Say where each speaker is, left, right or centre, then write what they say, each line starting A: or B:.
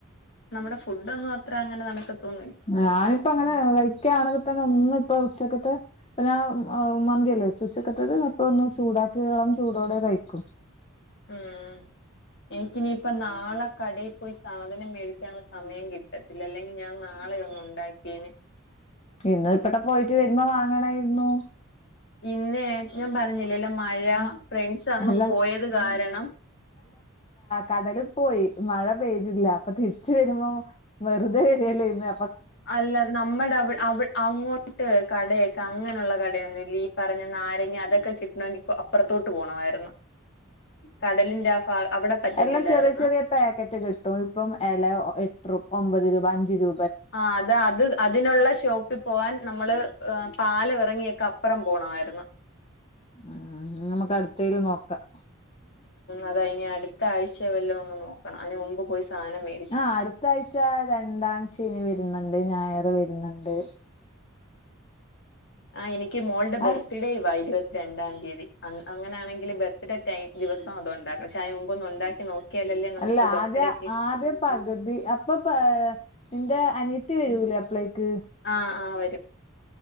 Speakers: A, on the left; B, on the left.
A: നമ്മുടെ ഫുഡ് ഒന്നും അത്ര അങ്ങനെ താണ്ക്കത്തോന്നില്ല
B: ഞാനിപ്പ അങ്ങനെ കഴിക്കയാണെങ്കിൽ തന്നെ ഒന്ന് ഇപ്പ ഉച്ചക്കത്തെ പ്പ ഞ്ഞാ ആഹ് മന്തിയല്ലേ വെച്ചു ഉച്ചക്കെത്തത് ഇപ്പ ഒന്ന് ചൂടാക്കി ഒര് ഇളം ചൂടോടെ കഴിക്കും
A: ഉം എനിക്ക്‌ ഇനിയിപ്പ നാളെ കടയിൽ പോയി സാധനം മേടിക്കാനുള്ള സമയം കി ട്ടത്തില്ലഅല്ലെങ്കിൽ ഞാൻ നാളെയൊന്ന് ഉണ്ടാക്കിയേനെ
B: ഇന്ന് ഇബടെ പോയിട്ട് വരുമ്പോ വാങ്ങണായിരുന്നു
A: ഇന്നേ ഞാൻ പറഞ്ഞില്ലേല്ലേ മഴ ഫ്രണ്ട്സ് അങ്ങ്
B: അല്ല
A: പോയത് കാരണം
B: കടലി പോയി മഴ പെയ്തില്ല അപ്പൊ തിരിച്ച് വരുമ്പോം വെറുതെ വരിയല്ലര്ന്ന്
A: അല്ല നമ്മുടെ അവടെ അവ അങ്ങോ ട്ട് കടയൊക്കെ അങ്ങനെയുള്ള കടയൊന്നുംല്ല. ഈ പറഞ്ഞ നാരങ്ങ അതൊക്കെ കിട്ടണങ്കിൽ അപ്പുറത്തോട്ട് പോണമായിരുന്ന്. കടലിന്റെ ആഹ് ഫാഗ് അവിടെ പറ്റത്തില്ലായിരുന്ന്
B: എല്ലാം ചെറിയ ചെറിയ പാക്കറ്റ് കിട്ടും ഇപ്പം ഇല എട്രൂ ഒമ്പത് രൂപ അഞ്ച് രൂ
A: ആഹ് അത അത് അതിനുള്ള ഷോ പോവാൻ നമ്മള് പാല ഇറങ്ങിയൊക്കെ അപ്പുറം പോണമായിരുന്നു
B: ഉം നമക്കടുത്തേൽ നോക്കാം
A: അതൈനിയാട് ത്ത ആഴ്ചയ വല്ലോ ഒന്ന് നോക്കണം അതിന് മുമ്പ് പോയി സാധനമേ
B: ആഹ് അടുത്ത ആഴ്ച രണ്ടാം ശനി വരുന്നുണ്ട് ഞായറ് വരുന്നുണ്ട്.
A: ആഹ് എനിക്ക് മോളുടെ ബർത്ത്ഡേ
B: അല്ല
A: യുവ ഇരുപത്തി രണ്ടാം തീയതി അങ്ങനൊണെങ്കിൽ ബർത്ത് ഡേ ടൈം ദിവസം അത ഉണ്ടാക്കും പക്ഷെ അതിന് മുമ്പൊ ഒന്ന് ഉണ്ടാക്കി നോക്കിയാലല്ലേ നമുക്ക്
B: അല്ല
A: ബർത്ത്ഡേക്ക്
B: ആദ്യ ആദ്യ പകുതി അപ്പൊ പ എന്റെ അനത്തി വരൂലേ അപ്ളേക്ക്?
A: ആഹ് ആഹ് വരും